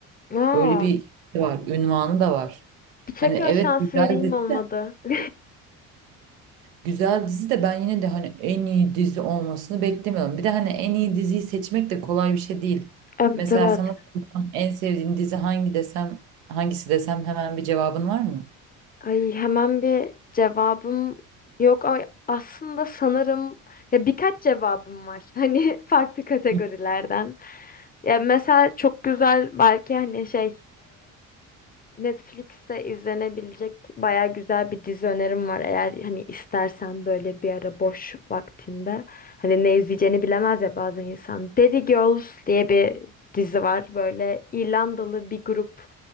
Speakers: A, on the left; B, on the right.
A: aa.
B: Öyle bir şey var. Ünvanı da var.
A: Tekrar
B: Hani evet
A: şans
B: güzel
A: vereyim
B: dizi
A: olmadı.
B: de.
A: <laughs>
B: Güzel dizi de ben yine de hani en iyi dizi olmasını beklemiyorum. Bir de hani en iyi diziyi seçmek de kolay bir şey değil.
A: Evet
B: Mesela
A: evet.
B: sana sorsam en sevdiğin dizi hangi desem, hangisi desem hemen bir cevabın var mı?
A: Ay hemen bir cevabım yok ama aslında sanırım ya birkaç cevabım var. <laughs> Hani farklı kategorilerden.
B: Hı.
A: Ya mesela çok güzel belki hani şey Netflix'te izlenebilecek baya güzel bir dizi önerim var. Eğer hani istersen böyle bir ara boş vaktinde hani ne izleyeceğini bilemez ya bazen insan. Derry Girls diye bir dizi var. Böyle İrlandalı bir grup